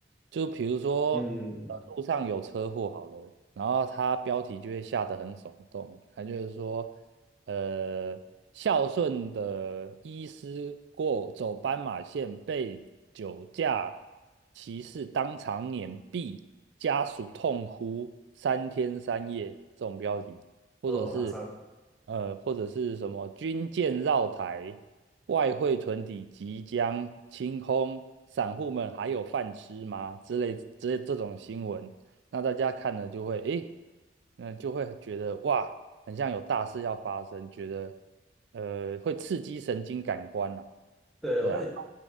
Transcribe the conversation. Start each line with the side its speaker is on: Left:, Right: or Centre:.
Right: 就比如说呃路上有车祸好了，
Centre: 嗯，
Right: 然后它标题就会下得很耸动，它就是说。呃，孝顺的医师过走斑马线被酒驾骑士当场碾毙，家属痛哭三天三夜这种标题，或者是
Centre: 哦，好像
Right: 呃，或者是什么军舰绕台，外汇存底即将清空，散户们还有饭吃吗？之类之类这种新闻，那大家看了就会诶，嗯、就会觉得哇。很像有大事要发生，觉得呃会刺激神经感官呐、
Centre: 对，
Right: 对啊，
Centre: 我也